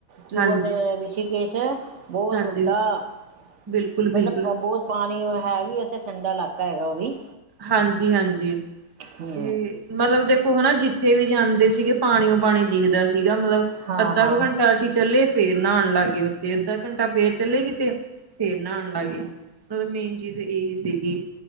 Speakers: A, on the right; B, on the right.
A: ਕੀ
B: ਹਾਂਜੀ
A: ਬੋਲਦੇ ਰਿਸ਼ੀਕੇਸ਼ ਬੋਤ
B: ਹਾਂਜੀ
A: ਵੱਡਾ,
B: ਬਿਲਕੁਲ ਬਿਲਕੁਲ
A: ਮਤਲਬ ਪੰ ਬੋਤ ਪਾਣੀ ਹੈ ਵੀ ਵੈਸੇ ਠੰਡਾ ਇਲਾਕਾ ਹੈਗਾ ਓ ਵੀ।
B: ਹਾਂਜੀ-ਹਾਂਜੀ
A: ਹੂੰ
B: 'ਤੇ ਮਤਲਬ ਦੇ ਓ ਹਨਾ ਜਿੱਥੇ ਵੀ ਜਾਂਦੇ ਸੀਗੇ ਪਾਣੀ ਓ ਪਾਣੀ ਦਿਖਦਾ ਸੀਗਾ ਮਤਲਬ
A: ਹਾਂ
B: ਅੱਧਾ
A: ਹਾਂ
B: ਕ ਘੰਟਾ ਅਸੀਂ ਚੱਲੇੇ ਫੇਰ ਨਾਨ ਲਾਂਗੇ ਉੱਥੇ ਅੱਧਾ ਘੰਟਾ ਫੇਰ ਚਲੇੇ ਕਿਤੇ ਫੇਰ ਨਾਨ ਲਾਂਗੇ।
A: ਹੂੰ
B: ਮਤਲਬ ਮੇਨ ਚੀਜ਼ ਏਹੀ ਸੀਗੀ।